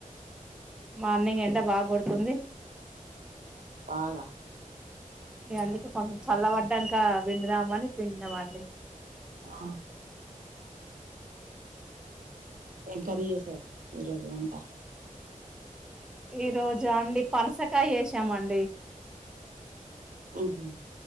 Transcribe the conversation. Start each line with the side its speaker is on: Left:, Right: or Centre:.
Centre: మార్నింగ్ ఎండ బా గొడుతుంది
Right: బాగ
Centre: ఇగ అందుకే కొంచెం చల్ల వడ్డంక విండుదామని పిన్నామండి
Right: ఆ ఏం కర్రి ఏసారు ఈ రోజు వంట
Centre: ఈ రోజా అండి పనసకాయ ఏసామండి
Right: ఉహు